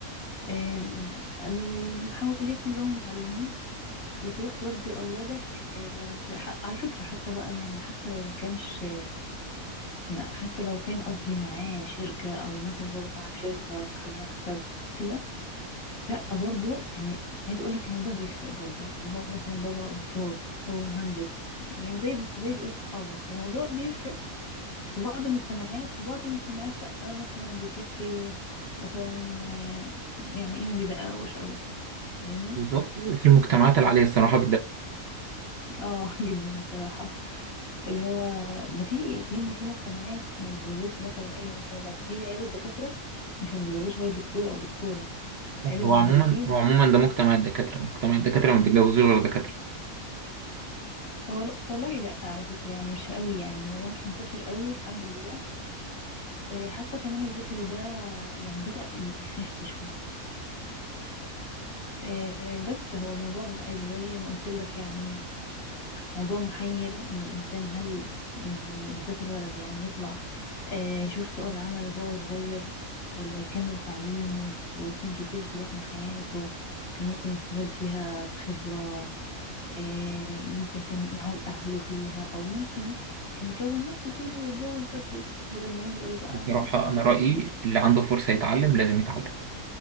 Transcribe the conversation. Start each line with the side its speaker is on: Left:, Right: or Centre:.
Left: آه ال- حواليه كلهم متعلمين وتروح تودي اولادك آه في ح- على فكرة حتى بقى يعني حتى لو ما كانش ما حتى لو كان قصدي معاه شركة أو مثلا بابا صاحب شركة صاحب مكتب كده لا برضو يعني عايز أقولك الموضوع بيفرق برضو اللي هو مثلا بابا دكتور هو مهندس يعني زي زي بقية صحابه فالموضوع بيفرق في بعض المجتمعات وفي بعض المجتمعات لا مثلا بيكفي مثلا آه، يعني إيه ما بيدققوش قوي فاهمني
Right: بالظبط في المجتمعات العالية الصراحة
Left: اه <laughs> جدا بصراحة اللي هو ده في يعني في مجتمعات ما بتجوزش مثلا الا مثلا لو هي عيلة دكاترة مش متجوزش غير دكتور او دكتورة
Right: لا،
Left: عيلة
Right: هو
Left: مهندسين
Right: عموما هو عموما ده مجتمع الدكاترة مجتمع الدكاترة ما بيتجوزوش غير دكاترة
Left: هو والله لا على فكرة يعني مش قوي يعني الموضوع مش منتشر قوي الحمد لله آه، حاسة كمان الفكر ده يعني بدأ ي- يخف شوية آه، بس هو الموضوع عايز زي ما قلت لك يعني موضوع محير انه الانسان هل ي- بالذات الولد يعني يطلع آه، يشوف سوق العمل وهو صغير ولا يكمل تعليمه وسنين كتير تروح من حياته كان ممكن يستفاد فيها بخبرة آه، ممكن كان يعول أهله فيها أو ممكن كان يكون نفسه فيها ويتجوز بدري بدل ما يفضل بقى
Right: بصراحة
Left: ي-
Right: أنا رأيي
Left: لازم يتخ-
Right: اللي عنده فرصة يتعلم لازم يتعلم